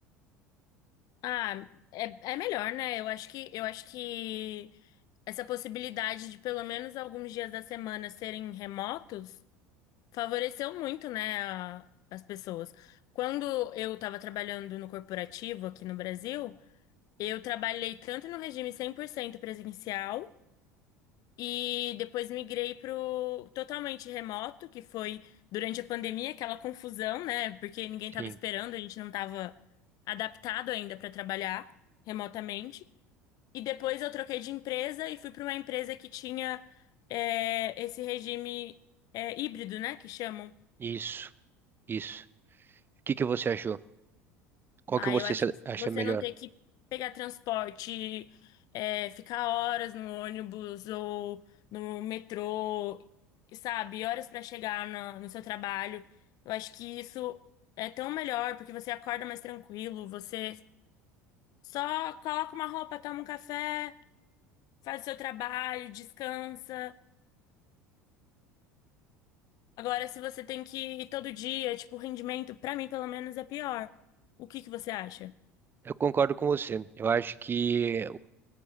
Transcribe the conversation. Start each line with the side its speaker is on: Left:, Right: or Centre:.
Left: Ah, é, é melhor, né? Eu acho que, eu acho que Essa possibilidade de pelo menos alguns dias da semana serem remotos favoreceu muito, né, a- as pessoas. Quando eu estava trabalhando no corporativo aqui no Brasil, eu trabalhei tanto no regime 100% presencial e depois migrei para o totalmente remoto, que foi durante a pandemia, aquela confusão, né, porque ninguém estava
Right: Sim,
Left: esperando, a gente não estava adaptado ainda para trabalhar remotamente. E depois eu troquei de empresa e fui para uma empresa que tinha é, esse regime é, híbrido, né? Que chamam.
Right: isso, isso. O que que você achou? Qual
Left: Ah,
Right: que você
Left: eu acho
Right: se-
Left: que
Right: acha
Left: você
Right: melhor?
Left: não ter que pegar transporte, é, ficar horas no ônibus ou no metrô, sabe? Horas para chegar na- no seu trabalho. Eu acho que isso é tão melhor porque você acorda mais tranquilo, você só coloca uma roupa, toma um café, faz o seu trabalho, descansa. Agora, se você tem que ir todo dia, tipo, o rendimento, pra mim, pelo menos, é pior. O que que você acha?
Right: Eu concordo com você. Eu acho que